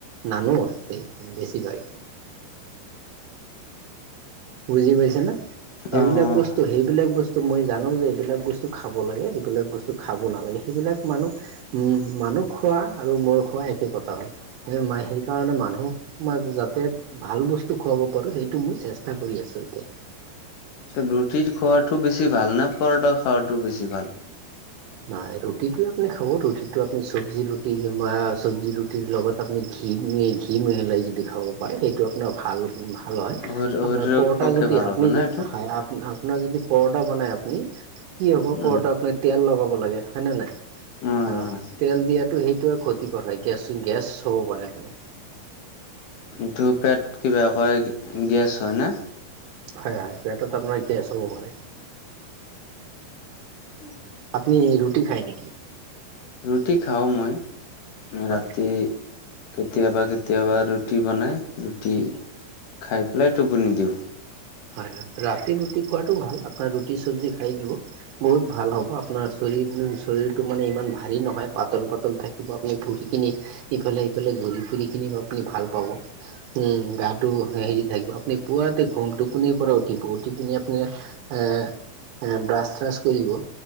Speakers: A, on the right; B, on the left.
A: নানো এ-বেছিভাগেই। বুজি পাইছে না, সেইবিলাক
B: অ',
A: বস্তু তো সেইবিলাক বস্তু মই জানো যে এইবিলাক বস্তু খাব লাগে এইবিলাক বস্তু খাব নালাগে সেইবিলাক মানুহ উম, মানুহ খোৱা আৰু মোৰ খোৱা একে কথা হ'ল। সে মা সেইকাৰণে মানুহক মই যাতে ভাল বস্তু খুৱাব পাৰোঁ সেইটো মই চেষ্টা চেষ্টা কৰি আছোঁ এতিয়া।
B: ৰুটি খোৱাটো বেছি ভাল নে পৰঠা খাৱাতটো বেছি ভাল?
A: নাই ৰুটিটো আপুনি খাব, ৰুটিটো আপুনি চব্জি ৰুটিা চব্জি ৰুটিৰ লগত আপুনি ঘি ম ঘি মিহলাই যদি খাব পাৰে সেইটো আপোনাৰ ভাল। ভাল হয়,
B: শৰীৰৰ
A: আপোনাৰ পৰঠা
B: পক্ষে
A: যদি
B: ভাল
A: আপুনি
B: হ'ব না
A: যদি
B: এইটো
A: হয় আপ আপোনাৰ যদি পৰঠা বনাই আপুনি কি হ'ব
B: উম,
A: পৰঠা আপোনাৰ তেল লগাব লাগে হয় নে নাই
B: উম,
A: অ',
B: উম।
A: তেল দিয়াতো সেইটো আৰু ক্ষতিকৰ হয়, গেছ গেছ হ'ব পাৰে আপোনাৰ।
B: এইটো পেট কিবা কয় গেছ হয় নে।
A: হয় হয়, পেটত আপোনাৰ গেছ হ'ব পাৰে।
B: উম <unintelligible>
A: আপুনি ৰুটি খায় নেকি?
B: ৰুটি খাওঁ মই,
A: হয়
B: ৰাতি কেতিয়াবা কেতিয়াবা ৰুটি বনাই ৰুটি খাই পেলাই টোপনি দিওঁ।
A: হয় হয়, ৰাতি ৰুটি খোৱাটো ভাল আপোনাৰ ৰুটি চবজি খাই দিব। বহুত ভাল হ'ব আপোনাৰ শৰীৰ-শৰীৰটো মানে ইমান ভাৰী নহয় পাতল পাতল থাকে কিব আপুনি ফুৰি কিনি ইফালে সফালে ঘূৰি ফুৰি কিনি আপুনি ভাল পাব। উম, গাটো হেৰি থাকিব আপুনি পুৱাতে ঘম টোপনিৰ পৰা উঠিব উঠি পিনি আপুনি ব্ৰাছ চ্ৰাছ কৰিব